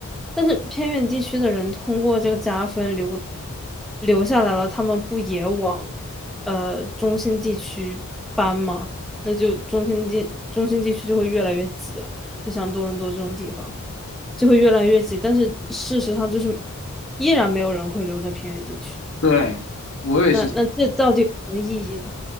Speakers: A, in the centre; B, on the left.
A: 但是偏远地区的人通过这个加分留留下来了，他们不也往呃中心地区搬吗？那就中心地中心地区就会越来越挤啊，就像多伦多这种地方。就会越来越挤。但是事实上，就是依然没有人会留在偏远地区。
B: 对，我也是。
A: 那那这到底有什么意义呢？